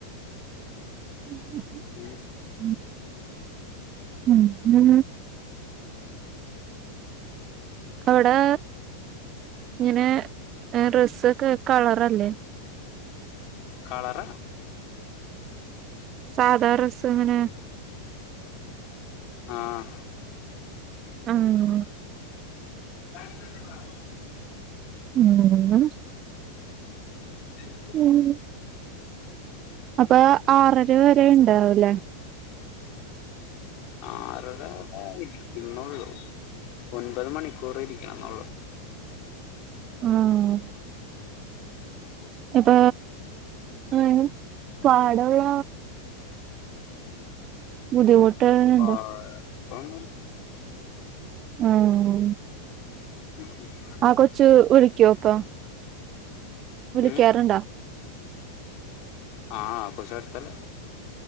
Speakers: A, on the right; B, on the left.
A: ഉം
B: ഉം
A: ഉം ഉം ഉം അവ്ടെ ങ്ങിനെ റെസ്സ് ഒക്കെ കളറല്ലേ
B: കളറാ
A: സാധാ റെസ്സ്‌ങ്ങനെ
B: ആഹ്‌
A: ആഹ്‌
B: <inaudible>
A: ഉം
B: <inaudible>
A: ഉം അപ്പൊ ആറര വരെണ്ടാവും ല്ലെ
B: ആറര ഇരിക്കുന്നൊള്ളു ഒൻപത് മണിക്കൂറ് ഇരിക്കണം ന്ന് ള്ളൂ
A: ആഹ് ഇപ്പ <unintelligible> പാടുള്ള ബുദ്ധിമുട്ട് ഉണ്ട്
B: കോയ്പ്പം
A: ആഹ്
B: <unintelligible>
A: ആ കൊച്ച് വിളിക്കോപ്പം വിളിക്കാറുണ്ടോ
B: ഉം ആഹ് ആ കൊച്ച് അട്ത്തല്ല